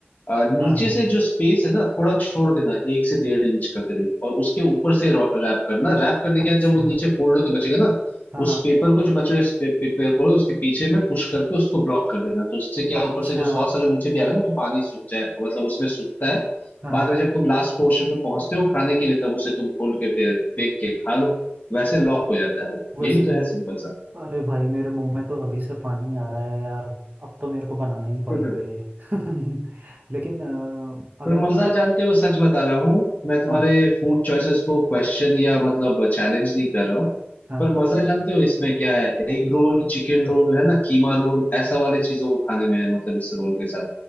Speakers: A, on the left (about 40°); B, on the right (about 45°).
A: अ, नीचे
B: हूँ हाँ हाँ
A: से जो स्पेस है ना थोड़ा छोड़ देना एक से डेढ़ इंच का करीब और उसके ऊपर से रैप करना रैप करने के
B: अच्छा
A: बाद जब वो नीचे फोल्ड होके बचेगा ना
B: हाँ
A: उस
B: हाँ
A: पेपर को जो बचे हुए पे, पेपर को उसके पीछे में पुश करके उसको ब्लॉक कर देना तो उससे क्या है,
B: अच्छा
A: ऊपर से जो सॉस अगर नीचे भी आ गया ना तो पानी सूख जाए मतलब उसमें सूखता है
B: हाँ
A: बाद में जब तुम लास्ट पोर्शन पे पहुंचते हो खाने के लिए तब उसे तुम खोल के फिर फेंक के खा लो वैसे लॉक हो जाता है वो
B: वैसे
A: यही तो है सिंपल
B: अरे भाई मेरे मुंह में तो अभी से पानी आ रहा है यार अब तो मेरे को बनाना ही पड़ेगा
A: सा
B: ये <laughs> लेकिन अ, अगर
A: पर मजा
B: मैं क...
A: जानते हो सच बता रहा हूँ मैं तुम्हारे
B: हाँ
A: फूड चॉइसेस को क्वेश्चन या मतलब चैलेंज नहीं कर रहा हूँ
B: हाँ
A: पर मजा जानते हो इसमें क्या है एग रोल चिकन रोल है ना कीमा रोल ऐसा वाले चीजों को खाने में है, मतलब इस रोल के साथ